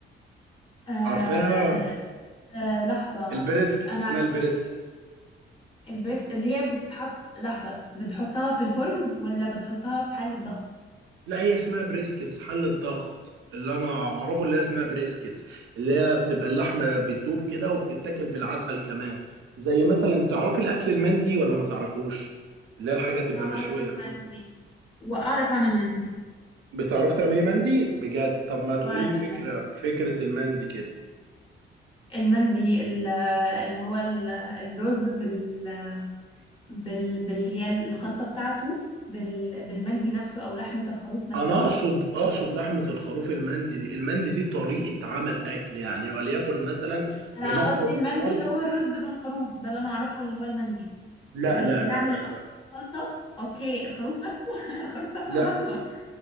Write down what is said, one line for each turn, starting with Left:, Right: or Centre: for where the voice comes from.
Left: آه
Right: عارفاها
Left: آه لحظه
Right: البريسكت
Left: انا
Right: اسمها
Left: عارفه
Right: البريسكت
Left: البريس اللي هي بتتحط لحظه بتحطها في الفرن ولا بتحطها في حله ضغط
Right: لا هي اسمها بريسكتس حل الضغط اللي أنا أعرفه اللي هي اسمها بريسكتس اللي هي بتبقى اللحمة بتدوب كده وبتتاكل بالعسل كمان زي مثلا تعرفي الأكل المندي ولا ما تعرفوش اللي هي الحاجة تبقى
Left: اعرف
Right: مشوية
Left: المندي واعرف اعمل مندي
Right: بتعرف تعملي مندي بجد طب ما تقولي
Left: بعرف
Right: لي
Left: اعمل
Right: فكرة
Left: مندي
Right: فكرة المندي كده
Left: المندي ال- اللي هو ال- الرز بال بال بال هي الخلطة بتاعته بال بالمندي نفسه أو لحمة الخروف نفسها
Right: انا اقصد اقصد لحمة الخروف المندي دي المندي دي طريقة عمل اكل يعني وليكن مثلا
Left: أنا
Right: بنحفر
Left: قصدي
Right: في
Left: المندي
Right: الارض
Left: اللي هو الرز بالخروف ده اللي أنا أعرفه اللي هو المندي
Right: لا
Left: بال-
Right: لا
Left: بتعمل
Right: لا لا
Left: الأول
Right: لا
Left: الخلطة أوكي الخروف نفسه <laughs> الخروف نفسه
Right: لا
Left: أنا باكله برضه